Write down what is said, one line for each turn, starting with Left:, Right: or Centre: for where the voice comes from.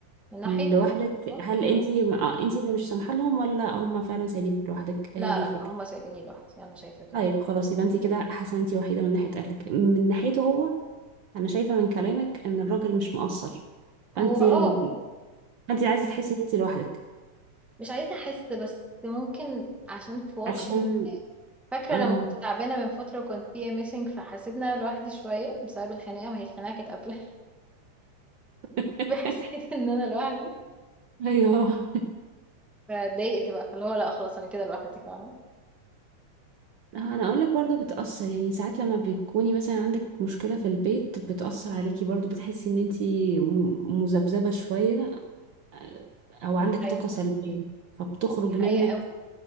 Centre: من ناحية
Right: لوحدك
Centre: الارتباط
Right: هل انتي اه انتي اللي مش سامحة لهم ولا هم فعلا سايبينك لوحدك
Centre: لا
Right: هي دي
Centre: لا
Right: الفكرة
Centre: هما سايبيني لوحدي أنا شايفة كده
Right: طيب
Centre: بس.
Right: خلاص يبقى انت كده حاسه ان انت وحيده من ناحيه اهلك من ناحيته هو انا شايفه من كلامك ان الراجل مش مقصر
Centre: هو
Right: فانت
Centre: اه
Right: ال... فانت عايزه تحسي ان انت لوحدك
Centre: مش عايزة أحس بس ممكن عشان في وقت
Right: عشان
Centre: فاكرة
Right: اه
Centre: لما كنت تعبانة من فترة وكنت فيها ميسنج فحسيت إن أنا لوحدي شوية بسبب الخناقة ما هي الخناقة كانت قبلها <laughs>
Right: <laughs>
Centre: فحسيت إن أنا لوحدي
Right: ايوه
Centre: فاتضايقت بقى فاللي هو لا خلاص أنا كده لوحدي فاهمة
Right: <laughs> انا اقول لك برضو بتاثر يعني ساعات لما بتكوني مثلا عندك مشكله في البيت بتاثر عليكي برضو بتحسي ان انت م- مذبذبه شويه آه، او
Centre: دي
Right: عندك
Centre: حقيقة
Right: طاقه سلبيه فبتخرج
Centre: دي حقيقة
Right: منك
Centre: أوي